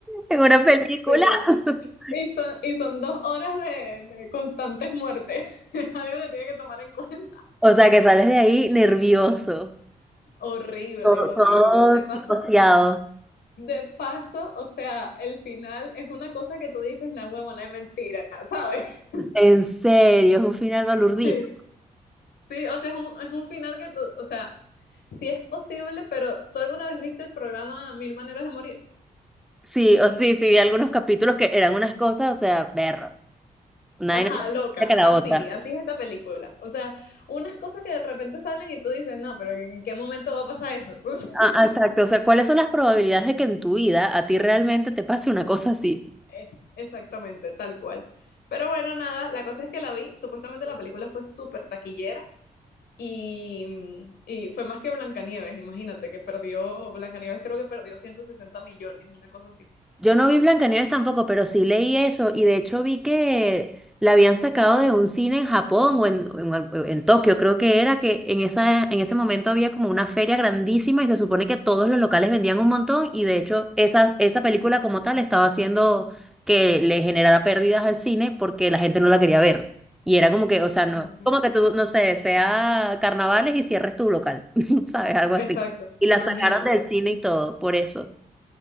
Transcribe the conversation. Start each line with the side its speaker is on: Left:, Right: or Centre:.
Centre: en una película.
Left: Sí.
Centre: <laughs>
Left: Y son, y son dos horas de, de constantes muertes. <laughs> Es algo que tiene que tomar en cuenta.
Centre: O sea que sales de ahí nervioso,
Left: Horrible,
Centre: todo,
Left: horrible.
Centre: todo
Left: De paso,
Centre: psicoseado.
Left: de paso, o sea, el final es una cosa que tú dices, na huevona, es mentira, <laughs> ¿sabes?
Centre: En serio, es un final balurdito.
Left: Sí, sí, o sea, es un, es un final que tú, o sea, sí es posible, pero ¿tú alguna vez viste el programa Mil Maneras de Morir?
Centre: Sí, o sí, sí, vi algunos capítulos que eran unas cosas, o sea, perro, una
Left: Ajá,
Centre: vaina más
Left: loca,
Centre: chiquita que la
Left: así,
Centre: otra.
Left: así es esta película. O sea, unas cosas que de repente salen y tú dices, no, pero ¿en qué momento va a pasar eso? <laughs>
Centre: Ah, ah, exacto, o sea, ¿cuáles son las probabilidades de que en tu vida a ti realmente te pase una cosa así?
Left: Es- Exactamente, tal cual. Pero bueno, nada, la cosa es que la vi, supuestamente la película fue súper taquillera y, mm, y fue más que Blancanieves, imagínate, que perdió, Blancanieves creo que perdió 160 millones, una cosa así.
Centre: Yo no vi Blancanieves tampoco, pero sí leí eso y de hecho vi que la habían sacado de un cine en Japón o en, o en al- en Tokio, creo que era, que en esa, en ese momento había como una feria grandísima y se supone que todos los locales vendían un montón y de hecho esa, esa película como tal estaba haciendo que le generara pérdidas al cine porque la gente no la quería ver. Y era como que, o sea, no,
Left: Imagínate.
Centre: como que tú, no sé, sea carnavales y cierres tu local, <laughs> ¿sabes? Algo
Left: Exacto,
Centre: así. Y
Left: imagínate.
Centre: la sacaron del cine y todo, por eso.